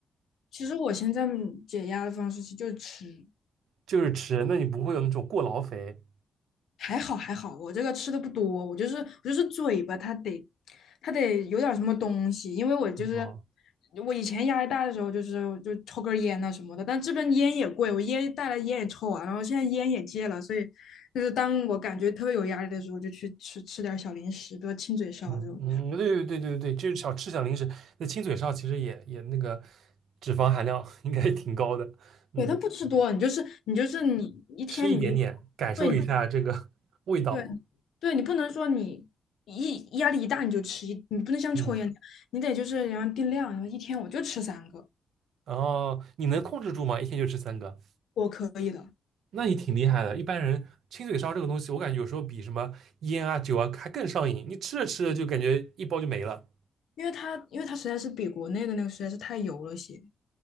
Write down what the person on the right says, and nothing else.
就是吃，那你不会有那种过劳肥？
啊？
嗯嗯，对对对对对，就是小吃小零食，那亲嘴烧其实也也那个脂肪含量 <laughs> 应该挺高的，嗯，
吃一点点，感受一下这个
<laughs> 味道，
嗯，
然后你能控制住吗？一天就吃三个，
那你挺厉害的。一般人亲嘴烧这个东西，我感觉有时候比什么烟啊酒啊还更上瘾，你吃着吃着就感觉一包就没了。